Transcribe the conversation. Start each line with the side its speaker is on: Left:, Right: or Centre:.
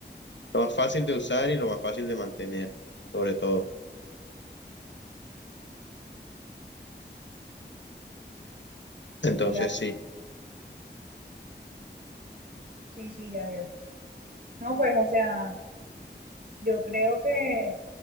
Left: lo más fácil de usar y lo más fácil de mantener, sobre todo. Entonces,
Right: La...
Left: sí.
Right: Sí, sí, ya veo. No, pues, o sea, yo creo que